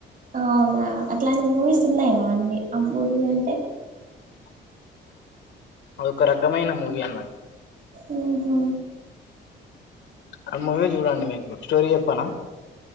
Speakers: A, on the right; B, on the left.
A: అవునా అట్లాంటి మూవీస్ ఉన్నాయా అండి అంబూర్ అంటే
B: ఒక రకమైన మూవీ అన్నారు
A: ఉహూ
B: అ మూవీ చూడండి మీకు స్టోరీ చెప్పానా